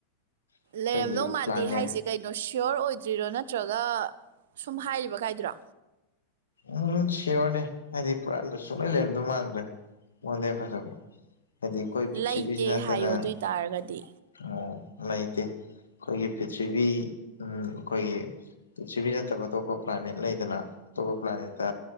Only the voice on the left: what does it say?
ꯑꯩꯈꯣꯏꯒꯤ
ꯄ꯭ꯂꯥꯅꯦꯠ
ꯎꯝ ꯁꯤꯌꯣꯔꯅꯦ ꯍꯥꯏꯗꯤ ꯄꯨꯔꯥꯥꯟ ꯁꯨꯡꯂꯩ ꯂꯩꯔꯝꯗꯣꯏ ꯃꯥꯟꯗ꯭ꯔꯦ ꯃꯉꯣꯟꯗꯩ ꯍꯦꯟ ꯐꯖꯕ ꯍꯥꯏꯗꯤ ꯑꯩꯈꯣꯏ
ꯄ꯭ꯔꯤꯛꯊꯤꯕꯤꯁꯤ ꯅꯠꯇꯅ
ꯑꯥ
ꯂꯩꯇꯦ ꯑꯩꯈꯣꯏꯒꯤ ꯄꯤꯔꯤꯊꯕꯤ ꯎꯝ ꯑꯈꯣꯏꯒꯤ ꯄ꯭ꯔꯤꯊꯤꯕꯤ ꯅꯠꯇꯕ ꯑꯇꯣꯞꯄ ꯄ꯭ꯂꯥꯅꯦꯠ ꯂꯩꯗꯅ ꯑꯇꯣꯞꯄ ꯄ꯭ꯂꯥꯅꯦꯠꯇ